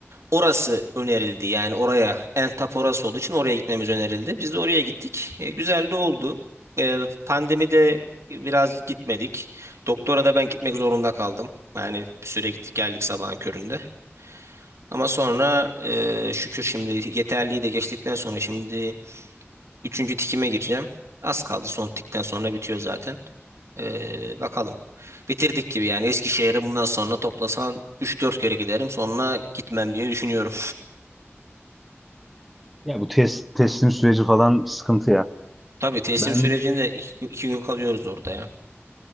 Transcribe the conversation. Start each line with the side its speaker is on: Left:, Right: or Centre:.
Right: Orası önerildi yani oraya en tap orası olduğu için oraya gitmemiz önerildi. Biz de oraya gittik. E, güzel de oldu. E, pandemide biraz gitmedik. Doktora da ben gitmek zorunda kaldım. Yani bir süre gittik geldik sabahın köründe. Ama sonra e, şükür şimdi yeterliği de geçtikten sonra şimdi üçüncü tikime gireceğim. Az kaldı son tikten sonra bitiyor zaten. E, bakalım. Bitirdik gibi yani Eskişehir'e bundan sonra toplasan üç dört kere giderim sonra gitmem diye düşünüyorum.
Centre: Ya bu test, teslim süreci falan sıkıntı ya.
Right: Tabii teslim
Centre: Ben
Right: sürecinde
Centre: de,
Right: iki, gün- iki gün kalıyoruz orada ya.